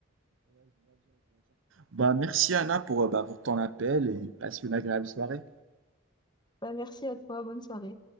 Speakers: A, on the right; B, on the left.
A: Bah merci Anna pour, euh, bah, pour ton appel et passe une agréable soirée.
B: Bah, merci à toi, bonne soirée.